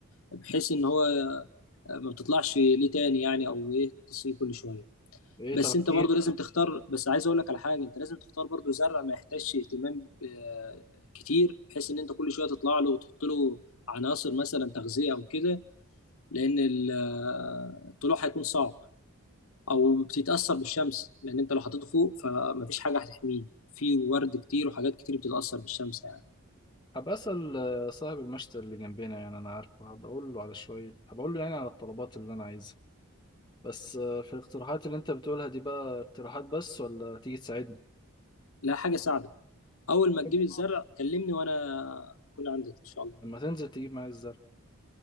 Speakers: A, on the left (about 70°); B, on the left (about 20°).
A: بحيث ان هو ما بتطلعش ليه تاني يعني او ايه تسيب كل شويه
B: ايه
A: بس
B: طب
A: انت
B: هتيجي
A: برضه لازم تختار بس عايز اقول لك على حاجه انت لازم تختار برضه زرع ما يحتاجش اهتمام آه، كتير بحيث ان انت كل شويه تطلع له وتحط له عناصر مثلا تغذيه او كده لان ال- آه، الطلوع هيكون صعب او بتتاثر بالشمس لان انت لو حطيته فوق فمفيش حاجه هتحميه في ورد كتير وحاجات كتير بتتاثر بالشمس يعني
B: هبقى أسأل آه، صاحب المشتى اللي جنبنا يعني أنا عارفه هبقى أقول له على شوية هبقى أقول له يعني على الطلبات اللي أنا عايزها بس آه، في الاقتراحات اللي أنت بتقولها دي بقى اقتراحات بس ولا تيجي تساعدني
A: لا حاجه ساعدك اول ما تجيب
B: حلو.
A: الزرع كلمني وانا اكون عندك ان شاء الله
B: لما تنزل تجيب معايا الزرع